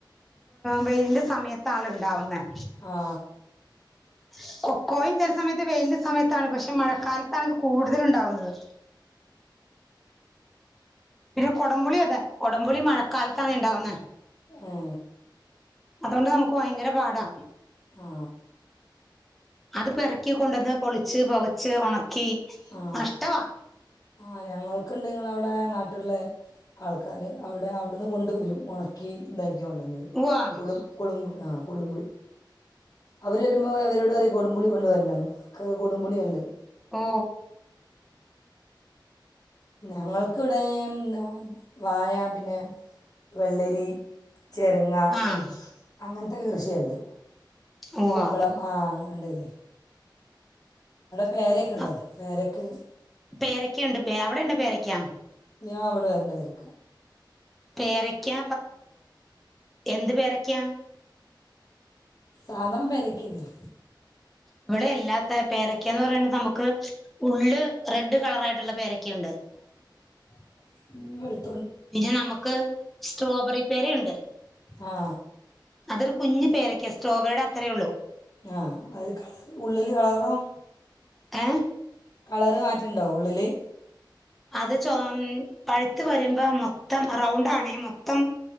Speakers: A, in the centre; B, on the left.
A: വെയിലിന്റെ സമയത്ത് ആണ- ആവുന്നേ-
B: ആ
A: <inaudible> ക്കോയും <inaudible> ചില വെയിലിന്റെ സമയത്താണ്. പക്ഷെ മഴക്കാലത്താണ് ഇത് കൂടുതല് ഉണ്ടാവുന്നത്. പിന്നെ കൊടംപുളി അതെ കൊടംപുളി മഴക്കാലത്താണ് ഇണ്ടാവുന്നേ
B: ഏ,
A: അതുകൊണ്ട് നമുക്ക് ഭയങ്കര പാടാ
B: ആ
A: അത് പെറക്കി കൊണ്ടുവന്ന് പൊളിച്ച് പുകച്ച് ഉണക്കി
B: ആ
A: നഷ്ടവാ.
B: ആ ഞങ്ങൾക്കുണ്ട് അവിടെ നാട്ടില്- ആൾക്കാര് അവിടെ അവിടെന്ന് കൊണ്ട് വരും ഉണക്കി ഇതാക്കി- കൊണ്ടുവന്നത്
A: ഉവ്വാ
B: കൊടും കൊടംപുളി ആ കൊടുംപുളി അവര് വരുമ്പോൾ അവരോട് പറ കൊടുംപുളി കൊണ്ട് വരണോന്നു അവർക്ക് കൊടുംപുളി ഇല്ലല്ലോ.
A: ഓ
B: ഞങ്ങൾക്കിവിടെന്താ വായപിന്നെ വെള്ളരി- ചെരങ്ങാ
A: ആഹ്
B: അങ്ങനത്തെ കൃഷിയേള്ളു.
A: ഉവ്വാ
B: കുമ്പളം ആ അതേല്ലേ പേരക്ക ഉണ്ടോ
A: ആ
B: പേരയ്ക്ക്
A: പേരയ്ക്കയുണ്ട് അവിടെയുണ്ടോ പേരയ്ക്കാ?
B: ഞാൻ അവടെ വരണുണ്ട് ഇതെടുക്കാൻ
A: പേരയ്ക്കാ എന്ത് പേരയ്ക്കയാണ്?
B: സാധാ പേരയ്ക്കതന്നെ
A: ഇവിടെയില്ലാത്ത പേരയ്ക്കാന്ന് പറയണത് നമുക്ക് ഉള്ള് റെഡ് കളറായി ട്ടുള്ള പേരയ്ക്കയുണ്ട്
B: ഉ
A: പിന്നെ നമുക്ക് സ്ട്രോബെറി പേരയുണ്ട്
B: ആ
A: അത് കുഞ്ഞ് പേരയ്ക്കയാ സ്ട്രോബെറിയുടെ അത്രേ ഉള്ളൂ
B: ആ അത് കളർ ഉള്ളില് കളറും
A: ഏ
B: കളർ മാറ്റണ്ടോ ഉള്ളില്
A: അത് ചൊമന്ന് പഴ് ഴുത്ത് വരുമ്പോ മൊത്തം റൗണ്ടാണെ മൊത്തം